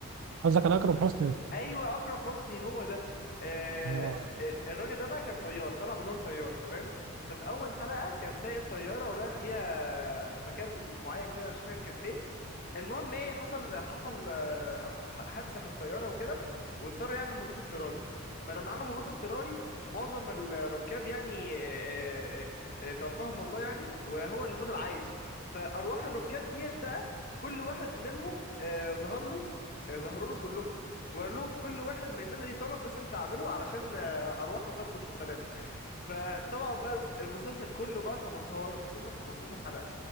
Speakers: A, on the right; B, on the left.
A: قصدك على أكرم حسني أنت
B: ايوه اكرم حسني هو ده آه
A: هو
B: آه، الراجل ده بقى كان طيار طلع بدور طيار تمام ففي اول حلقه كان سايق الطياره ورايح بيها مكان معين كده أنا مش فاكر كان فين المهم ايه حصل حصل آه، ح- حادثه في الطياره وكده واضطر يعمل هبوط اضطراري فلما عمل هبوط اضطراري معظم الركاب يعني آه، آه، آه، توفاهم الله يعني وهو اللي فضل عايش فارواح الركاب ديت بقى كل واحد منهم آه، ظهر له آه، ظهروا له كلهم وقال لهم كل واحد مننا ليه طلب لازم تعمله علشان آه، ارواحنا تركض في سلام فطبعا بقى المسلسل كله بقى الخمس- هو مسلسل 15 حلقه